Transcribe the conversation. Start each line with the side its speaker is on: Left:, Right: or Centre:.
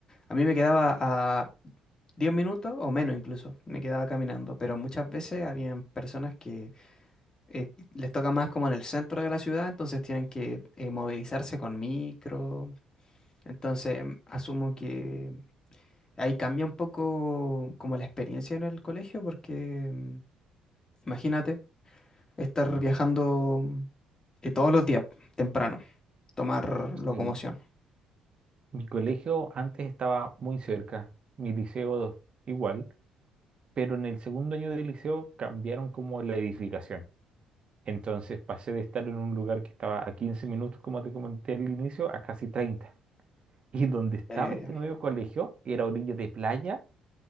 Left: a mí me quedaba a 10 minutos o menos incluso, me quedaba caminando, pero muchas veces habían personas que eh, les toca más como en el centro de la ciudad, entonces tienen que eh, movilizarse con micro, entonces asumo que... Ahí cambia un poco como la experiencia en el colegio porque mm, imagínate estar viajando mm, eh, todos los días temprano, tomar locomoción.
Right: sí. Mi colegio antes estaba muy cerca, mi liceo igual, pero en el segundo año del liceo cambiaron como la edificación. Entonces pasé de estar en un lugar que estaba a 15 minutos, como te comenté al inicio, a casi treinta Y donde estaba
Left: Eh,
Right: este nuevo colegio era orilla de playa